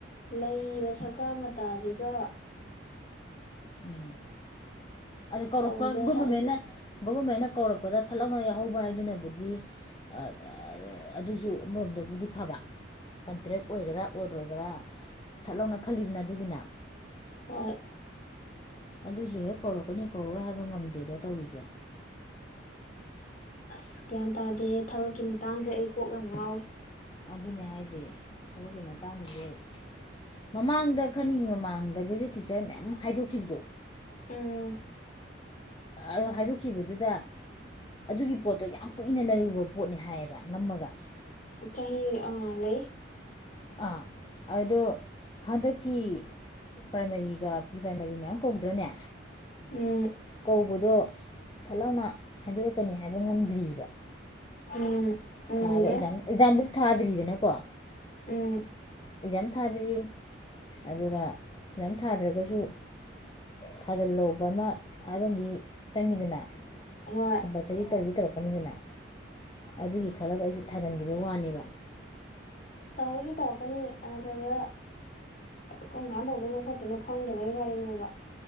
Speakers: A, on the left; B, on the left.
A: ꯂꯩꯔꯤꯕ ꯁꯔꯀꯥꯔ ꯃꯇꯥꯖꯤꯒ
B: ꯎꯝ ꯑꯗꯣ ꯀꯧꯔꯛꯄ
A: ꯇꯧꯕꯁꯦ
B: ꯒꯣꯕꯔꯃꯦꯟꯅ
A: ꯁ꯭ꯋꯥꯏꯁꯦ
B: ꯒꯣꯕꯔꯃꯦꯟꯅ ꯀꯧꯔꯛꯄꯗ ꯐꯠ ꯂꯥꯎꯅ ꯌꯥꯎꯍꯧꯕ ꯍꯥꯏꯗꯨꯅꯕꯨꯗꯤ ꯑ ꯑ ꯑꯗꯨꯁꯨ ꯑꯃꯔꯣꯝꯗꯕꯨꯗꯤ ꯐꯕ ꯀꯟꯇ꯭ꯔꯦꯛ ꯑꯣꯏꯒꯦꯔꯥ ꯑꯣꯏꯔꯣꯒꯦꯔꯥ ꯁꯠ ꯂꯥꯎꯅ ꯈꯜꯂꯤꯗꯨꯅ ꯑꯗꯨꯒꯤꯅ
A: ꯍꯣꯏ
B: ꯑꯗꯨꯖꯨ ꯍꯦꯛ ꯀꯧꯔꯛꯀꯅꯤ ꯀꯧꯔꯛꯑꯣꯏ ꯍꯥꯏꯕ ꯉꯝꯗꯦꯗꯣ ꯇꯧꯔꯤꯖꯦ
A: ꯑꯁ ꯒ꯭ꯌꯥꯟ ꯇꯥꯗꯦ ꯊꯕꯛꯀꯤ ꯃꯇꯥꯡꯖꯦ ꯑꯩ ꯀꯣꯛ ꯌꯥꯝ ꯉꯥꯎꯋꯤ
B: ꯑꯗꯨꯅꯤ ꯍꯥꯏꯁꯦ ꯊꯕꯛꯀꯤ ꯃꯇꯥꯡꯗꯗꯤ ꯑꯩ ꯃꯃꯥꯡꯗ ꯈꯔꯅꯤꯒꯤ ꯃꯃꯥꯡꯗ ꯒ꯭ꯔꯦꯖꯨꯋꯦꯠ ꯇꯤꯆꯔ ꯃꯌꯥꯝ ꯍꯥꯏꯗꯣꯛꯈꯤꯕꯗꯣ
A: ꯎꯝ
B: ꯑꯥ ꯍꯥꯏꯗꯣꯛꯈꯤꯕꯗꯨꯗ ꯑꯗꯨꯒꯤ ꯄꯣꯠꯇꯣ ꯌꯥꯝ ꯀꯨꯏꯅ ꯂꯩꯔꯨꯕ ꯄꯣꯠꯅꯤ ꯍꯥꯏꯌꯦꯕ ꯅꯝꯃꯒ
A: ꯆꯍꯤ ꯑ ꯂꯩ
B: ꯑꯥ ꯑꯗꯣ ꯍꯟꯗꯛꯀꯤ ꯄ꯭ꯔꯥꯏꯃꯥꯔꯤꯒ ꯄ꯭ꯔꯤ ꯄ꯭ꯔꯥꯏꯃꯔꯤ ꯃꯌꯥꯝ ꯀꯧꯗ꯭ꯔꯅꯦ
A: ꯎꯝ
B: ꯀꯧꯕꯗꯣ ꯁꯠ ꯂꯥꯎꯅ ꯍꯥꯏꯗꯣꯔꯛꯀꯅꯤ ꯍꯥꯏꯕ ꯉꯝꯗ꯭ꯔꯤꯕ
A: ꯎꯝ ꯉꯝꯗꯦ
B: ꯊꯥꯔꯒꯥ ꯑꯦꯛꯖꯥꯝ ꯑꯦꯛꯖꯥꯝꯕꯨꯛ ꯊꯥꯗ꯭ꯔꯤꯗꯅꯀꯣ
A: ꯎꯝ
B: ꯑꯦꯛꯖꯥꯝ ꯊꯥꯗ꯭ꯔꯤ ꯑꯗꯨꯒ ꯑꯦꯛꯖꯥꯝ ꯊꯥꯗ꯭ꯔꯒꯁꯨ ꯊꯥꯖꯤꯜꯂꯧꯕ ꯑꯃ ꯍꯥꯏꯕꯃꯗꯤ ꯆꯪꯉꯤꯗꯅ
A: ꯍꯣꯏ
B: ꯀꯝꯄꯜꯁꯔꯤ ꯇꯧꯗꯤ ꯇꯧꯔꯛꯀꯅꯤꯗꯅ ꯑꯗꯨꯒꯤ ꯈꯜꯂꯒ ꯑꯩꯖꯨ ꯊꯥꯖꯤꯟꯒꯤꯕꯩ ꯋꯥꯅꯦꯕ
A: ꯇꯧꯗꯤ ꯇꯧꯔꯛꯀꯅꯤ ꯑꯗꯨꯗ ꯀꯝ ꯀꯥꯟ ꯇꯧꯗꯣꯏꯅꯣ ꯈꯣꯠꯇꯣꯏꯅꯣ ꯈꯪꯗꯕꯒꯤ ꯋꯥꯔꯤꯅꯦꯕ